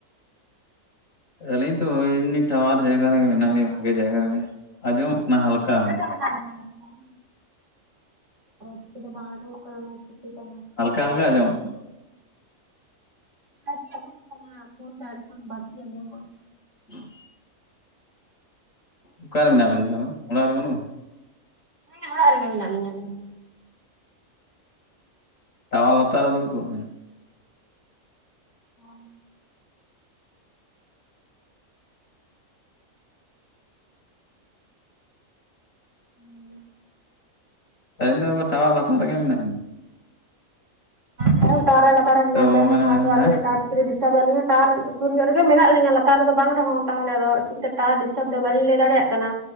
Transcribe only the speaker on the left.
ᱟᱹᱞᱤᱧ ᱛᱚ ᱮᱢᱱᱤ ᱴᱟᱣᱟᱨ ᱡᱟᱭᱜᱟ ᱨᱮᱜᱮ ᱢᱮᱱᱟᱜ ᱞᱤᱧᱟ ᱵᱷᱟᱜᱮ ᱡᱟᱭᱜᱟ ᱨᱮᱜᱮ ᱟᱸᱡᱚᱢᱚᱜ ᱠᱟᱱᱟ ᱦᱟᱞᱠᱟ ᱦᱟᱞ
ᱦᱟᱞᱠᱟ ᱦᱟᱞᱠᱟ ᱟᱸᱡᱚᱢᱚᱜ
<inaudible> ᱚᱠᱟᱨᱮ ᱢᱮᱱᱟᱜ ᱵᱮᱱ ᱛᱷᱚ ᱟᱵᱚᱱ ᱚᱲᱟᱜ ᱨᱮ ᱵᱟᱹᱱᱩᱢᱟ?
ᱴᱟᱣᱟᱨ ᱞᱟᱛᱟᱨ ᱨᱮ ᱫᱩᱲᱩᱵᱽ ᱠᱚᱜ ᱵᱮᱱ᱾
ᱟᱞᱤᱧ ᱫᱚ ᱴᱟᱣᱟᱨ ᱞᱟᱛᱟᱨ ᱨᱮᱜᱮ ᱢᱮᱱᱟᱜ ᱞᱤᱧᱟ᱾
ᱛᱚ ᱵᱟᱝᱵᱮᱱ
ᱟᱸᱡᱚᱢ
ᱫᱟ
ᱦᱮᱸ